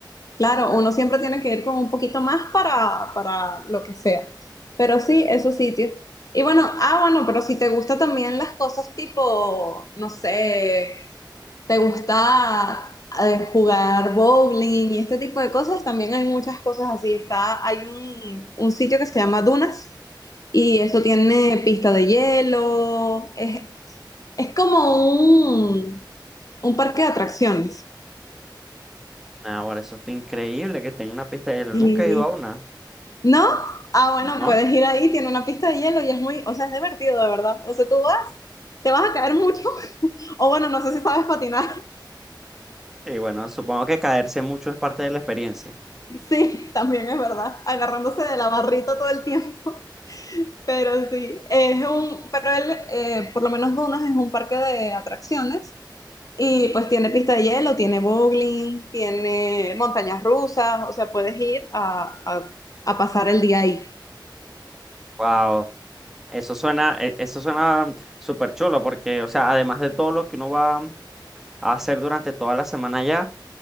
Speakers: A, on the left; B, in the centre.
A: claro, uno siempre tiene que ir con un poquito más para, para lo que sea. Pero sí, esos sitios. Y bueno, ah, bueno, pero si te gusta también las cosas tipo, no sé ¿Te gusta eh, jugar bowling y este tipo de cosas? También hay muchas cosas así. Está, hay un, un sitio que se llama Dunas y eso tiene pista de hielo. Es, es como un, un parque de atracciones.
B: Ahora, eso está increíble que tenga una pista de hielo.
A: Sí.
B: Nunca he ido a una.
A: ¿No? Ah, bueno,
B: ¿No?
A: puedes ir ahí, tiene una pista de hielo y es muy, o sea, es divertido, de verdad. O sea, tú vas, te vas a caer mucho. <laughs> O bueno, no sé si sabes patinar. <laughs>
B: Y bueno, supongo que caerse mucho es parte de la experiencia.
A: Sí, también es verdad. Agarrándose de la barrita todo el tiempo. Pero sí, es un, pero él, eh, por lo menos Dunas es un parque de atracciones y pues tiene pista de hielo, tiene bowling, tiene montañas rusas, o sea, puedes ir a, a- a pasar el día ahí.
B: Wow, eso suena, e- eso suena súper chulo porque, o sea, además de todo lo que uno va a hacer durante toda la semana ya,